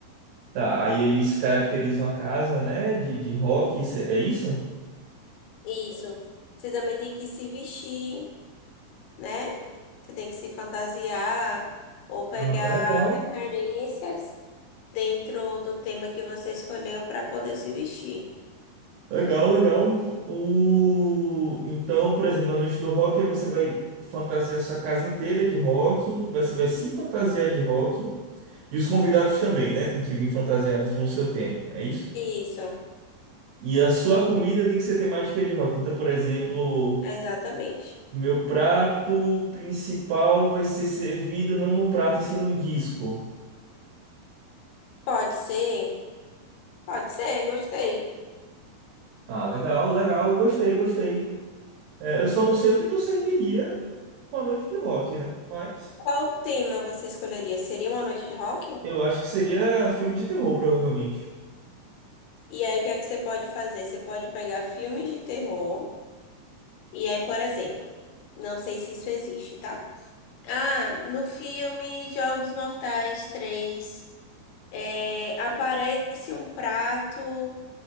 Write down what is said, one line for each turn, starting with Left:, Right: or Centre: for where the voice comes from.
Right: Tá, aí eles caracterizam a casa, né, de, de rock, isso- é é isso?
Left: Isso. Você também tem que se vestir, né? Você tem que se fantasiar ou pegar
Right: Ah, legal.
Left: referências dentro do tema que você escolheu para poder se vestir.
Right: Legal, legal. O... Então, por exemplo, na noite do rock aí você vai fantasiar sua casa inteira de rock, você vai se fantasiar de rock, e os convidados também, né, tem que vir fantasiados no seu tema, é isso?
Left: Isso,
Right: E a sua comida tem que ser temática de rock. Então, por exemplo.
Left: exatamente.
Right: Meu prato principal vai ser servido não num prato e sim num disco.
Left: Pode ser, pode ser, gostei.
Right: Ah, legal, legal, gostei, gostei. É, eu só não sei o que que eu serviria numa noite de rock, né? Mas
Left: Qual tema você escolheria? Seria uma noite de rock?
Right: eu acho que seria filme de terror, provavelmente.
Left: E aí, o que é que você pode fazer? Você pode pegar filmes de terror. E aí, por exemplo, não sei se isso existe, tá? Ah, no filme Jogos Mortais 3 é, aparece um prato